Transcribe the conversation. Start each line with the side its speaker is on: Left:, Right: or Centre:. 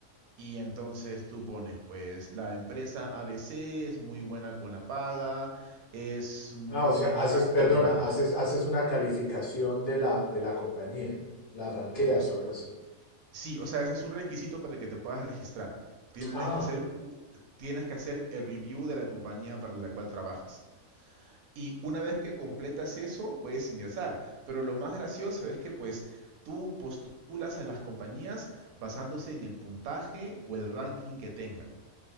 Right: Y entonces tú pones, pues, la empresa ABC es muy buena con la paga, es muy
Left: Ah, o sea,
Right: mala
Left: haces,
Right: con
Left: perdona,
Right: el manejo.
Left: haces, haces una calificación de la, de la compañía, la ranqueas
Right: Mm, s-
Left: o algo así.
Right: Sí, o sea, ese es un requisito para que te puedas registrar. Tienes
Left: Ah,
Right: que hacer, u- tienes que hacer el review de la compañía para la cual trabajas. Y una vez que completas eso, puedes ingresar. Pero lo más gracioso es que pues tú postulas a las compañías basándose en el puntaje o el ranking que tengan.